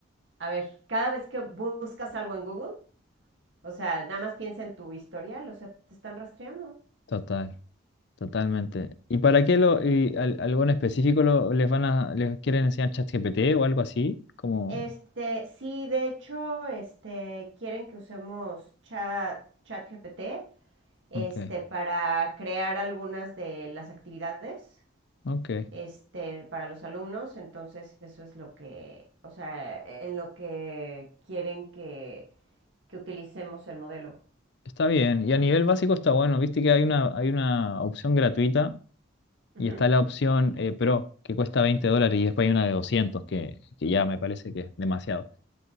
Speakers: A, on the right; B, on the left.
A: a ver, cada vez que buscas algo en Google, o sea, nada más piensa en tu historial, o sea, te están rastreando.
B: Total, totalmente. ¿Y para qué lo, y al- algo en específico lo, les van a, les quieren enseñar ChatGPT o algo así? Como,
A: Este, sí, de hecho, este, quieren que usemos chat, chat GPT este,
B: ok,
A: para crear algunas de las actividades
B: ok.
A: este, para los alumnos. Entonces, eso es lo que, o sea, en lo que quieren que, que utilicemos el modelo.
B: Está bien. Y a nivel básico está bueno. Viste que hay una, hay una opción gratuita
A: Ujú.
B: y está la opción eh, Pro, que cuesta veinte dólares y después hay una de 200 que, que ya me parece que es demasiado.